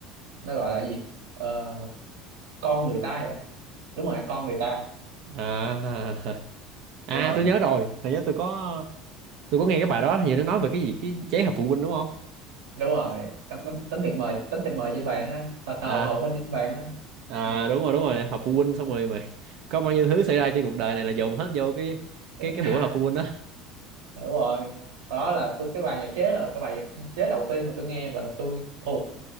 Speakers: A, on the right (about 90°); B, on the right (about 60°).
A: nó gọi là gì Ờ, con người ta vậy đúng rồi con người ta
B: à, <laughs>
A: đúng
B: à
A: rồi
B: tôi nhớ rồi thầy nhớ tôi có tôi có nghe cái bài đó hình như nó nói về cái gì cái giấy họp phụ huynh đúng không
A: đúng rồi tấm tấm tấm thiệp mời tấm thiệp mời trên bàn ha tờ tờ
B: à
A: hậu huynh trên bàn ha
B: à
A: ừ.
B: đúng rồi đúng rồi họp phụ huynh xong rồi mày <laughs> có bao nhiêu thứ xảy ra trên cuộc đời này là dồn hết vô cái
A: <laughs>
B: cái cái buổi họp phụ huynh đó
A: đúng rồi đó là tôi cái bài nhạc chế là cái bài nhạc chế đầu tiên mà tôi nghe và là tôi học thuộc